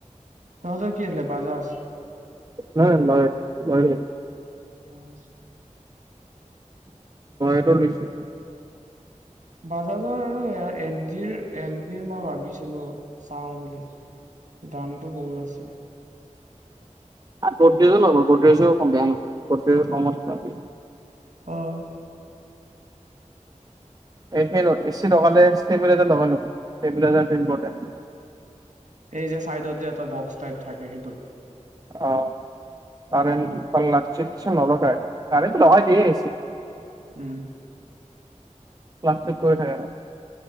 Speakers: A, on the right; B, on the right.
A: তহঁতৰ কি আছিলছিলে, বাজাজ।
B: হয়, লয় লয় দেই
A: উম।
B: বয়াতৰ লিচু <unintelligible>
A: বাজাজৰ আৰু এল জিৰ, এল জিৰ মই ভাবিছিলো চাওঁ বুলি দামটো বহুত আছে।
B: গদ্ৰেজো লব, গদ্ৰেজো অকণ বেয়া নহয় গদ্ৰেজত কমত পায়।
A: অ <inaudible>
B: এ চি ল, এ চি লগালে ষ্টবিলাক ডবল হব ৰেগুলেটৰটো ইম্পৰ্টেন্ট।
A: এই যে চাইডত যে এটা বক্স টাইপ থাকে সেইটো।
B: অ, তাৰে
A: উম,
B: এমক <inaudible> পাল ল চিকৎসা নলকাই। কাৰেণ্ট নহয়, দিয়ে আহিছো।
A: উম।
B: ক্লাছত গৈ থাকে অ।